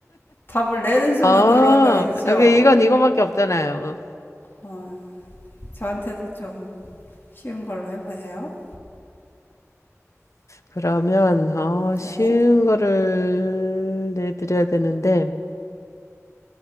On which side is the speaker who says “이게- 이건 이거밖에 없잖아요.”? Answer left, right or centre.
Left